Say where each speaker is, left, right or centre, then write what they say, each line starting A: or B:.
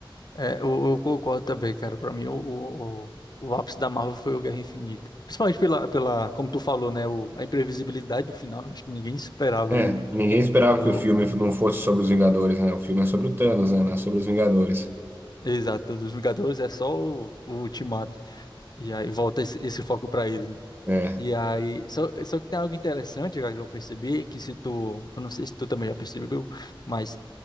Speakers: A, on the left (about 50°); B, on the right (about 25°).
A: É, eu, eu concordo também, cara. Pra mim, o, o, o o ápice da Marvel foi o Guerra Infinita. Principalmente pela, pela, como tu falou, né? O, a imprevisibilidade do final, né? Acho que ninguém esperava
B: É,
A: ali.
B: ninguém esperava
A: O,
B: que o filme não fosse sobre os Vingadores, né? O filme é sobre o Thanos, né? Não é sobre os Vingadores.
A: exato, dos Vingadores é só o, o Ultimato. E aí volta esse, esse foco pra eles, né?
B: É,
A: E aí, só, só que tem algo interessante, cara, que eu percebi, que se tu, eu não sei se tu também já percebeu, mas